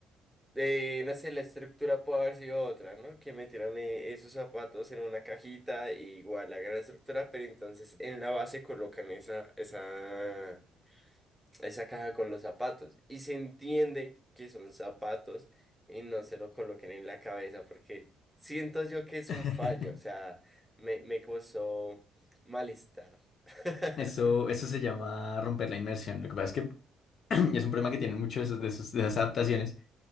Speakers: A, in the centre; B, on the left.
A: eh, no sé, la estructura puede haber sido otra, ¿no? Que metieran eh, esos zapatos en una cajita, y igual hagan la estructura, pero entonces en la base colocan esa, esa, esa caja con los zapatos. Y se entiende que son zapatos y no se lo coloquen en la cabeza, porque siento yo que es
B: <laughs>
A: un fallo, o sea, me, me causó malestar. <laughs>
B: Eso, eso se llama romper la inmersión. Lo que pasa es que <clears throat> es un problema que tienen muchos de, esos- de esos- de esas adaptaciones.